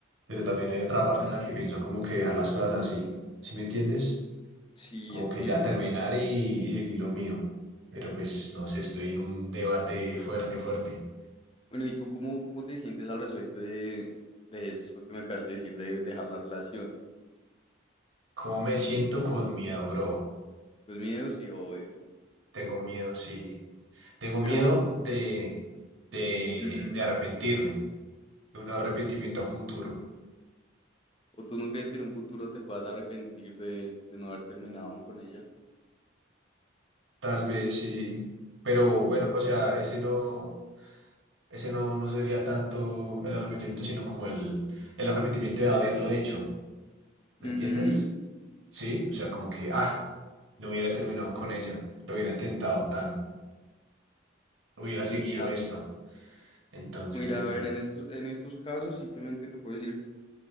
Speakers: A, on the right; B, on the left.
A: pero también hay otra parte en la que pienso como que dejar las cosas así, ¿sí me entiendes?
B: sí,
A: Como
B: entiendo.
A: que ya terminar y, y seguir lo mío, pero pues no sé, estoy en un debate fuerte, fuerte.
B: Bueno, ¿y tú cómo, cómo te sientes al respecto de, de eso que me acabas de decir, de dejar la relación?
A: ¿Cómo me siento con miedo, bro?
B: Con miedo, sí, obvio.
A: Tengo miedo, sí. Tengo
B: Pero,
A: miedo de, de,
B: ujú,
A: de arrepentirme, de un arrepentimiento a futuro.
B: ¿o tú no crees que en un futuro te puedas arrepentir de, de no haber terminado con ella?
A: Tal vez sí, pero bueno, o sea, ese no, ese no, no sería tanto el arrepentimiento, sino como el, el arrepentimiento de haberlo hecho, ¿me entiendes?
B: Ujú,
A: ¿sí? O sea, como que, ah, no hubiera terminado con ella, lo hubiera intentado tan, hubiera
B: Pues
A: seguido
B: mira,
A: esto. Entonces
B: mira,
A: eso,
B: a ver, en estos, en estos casos simplemente te puedo decir,